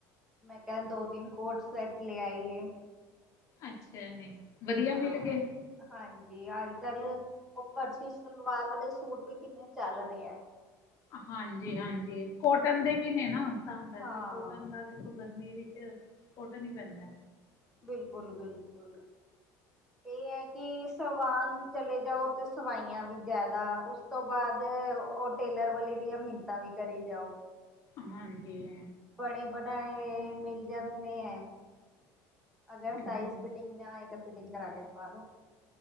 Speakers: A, in the centre; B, on the left.
A: ਮੈਂ ਕਿਆ ਦੋ-ਤਿੰਨ ਕੋਟ ਸੈੱਟ ਲੈ ਆਈਏ।
B: ਅੱਛਾ ਜੀ। ਵਧੀਆ
A: ਹਾਂ।
B: ਮਿਲ ਗਏ?
A: ਹਾਂਜੀ, ਅੱਜ-ਕਲ ਓ ਫਰਸ਼ੀ ਸਲਵਾਰ ਵਾਲੇ ਸੂਟ ਵੀ ਕਿੰਨੇ ਚੱਲ ਰੇ ਐ।
B: ਹਾਂਜੀ ਹਾਂਜੀ। ਕੋਟਨ ਦੇ ਵੀ ਨੇ ਨਾਂ ਤਾਂ ਕਰਕੇ
A: ਹਾਂ
B: ਕੋਟਨ ਦਾ ਦੇਖੋ, ਗਰਮੀ ਵਿੱਚ ਕੋਟਨ ਈ ਪੈਂਦਾ।
A: ਬਿਲਕੁਲ ਬਿਲਕੁਲ। ਏ ਐ ਕਿ ਸਵਾਨ ਚਲੇ ਜਾਓ ਤੇ ਸਵਾਈਆਂ ਵੀ ਜ਼ਿਆਦਾ ਉਸ ਤੋਂ ਬਾਅਦ ਓ ਟੇਲਰ ਵਾਲੇ ਦੀਆਂ ਮਿੰਨਤਾਂ ਵੀ ਕਰੀ ਜਾਓ।
B: ਹਾਂਜੀ।
A: ਬਣੇ ਬਣਾਏ ਮਿਲ ਜਾਂਦੇ ਐ। ਅਗਰ ਸਾਈਜ਼
B: ਹੂੰ
A: ਫਿਟਿੰਗ ਨਾਂ ਆਏ ਤਾਂ ਫਿਟਿੰਗ ਕਰਾ ਕੇ ਪਾਲੋੋ।